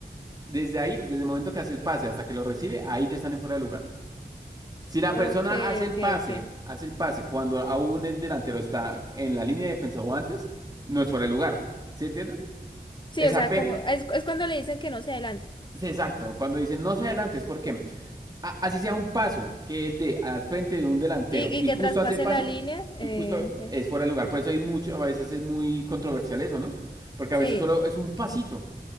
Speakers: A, on the right (about 20°); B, on the left (about 30°).
A: desde ahí, desde el momento que hace el pase hasta que lo recibe, ahí ya están en fuera de lugar. Si la persona
B: Ok,
A: hace el
B: ok,
A: pase,
B: ok.
A: hace el pase cuando aún el delantero está en la línea de defensa o antes, no es fuera de lugar. ¿Sí entiendes?
B: Sí,
A: Es
B: o
A: apenas,
B: sea, como es, es cuando le dicen que no se adelante
A: es exacto. Cuando dicen no se adelante, es porque a- así sea un paso que el de al frente de un delantero
B: y,
A: y
B: y que
A: justo
B: traspase
A: hace el pase
B: la línea.
A: y
B: eh,
A: justo
B: eh,
A: es fuera de lugar. Por eso hay mucho, a veces es muy controversial eso, ¿no? Porque
B: Sí,
A: a veces solo es un pasito,